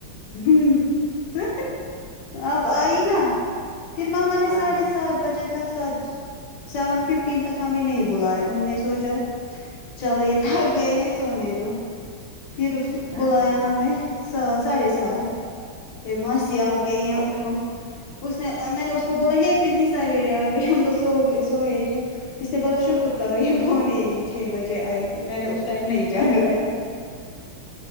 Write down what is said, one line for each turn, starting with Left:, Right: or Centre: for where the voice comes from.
Left: ہ اب
Right: سائرن
Left: آئی نا پھر ماما نے
Right: ہاں
Left: ساڑھے سات بجے تک سات سیون ففٹین تک ہمیں نہیں بلایا ان نے سوچا چلو یہ تھک گئے ہیں سونے دو پھر اس نے بلایا
Right: اچھا
Left: ہ ہمیں س ساھے سو ساتھ پھر ماسی آ گئی ہیں اٹھو اس نے میں نے اس کو بولا یہ کہ اتنی سویرے آ گئے ہم تو سو گئے سوئے تھے اس نے بولا شکر کرو یہ بونے ہی چھ بجے آئے تھے میں نے اس ٹائم نہیں جگایا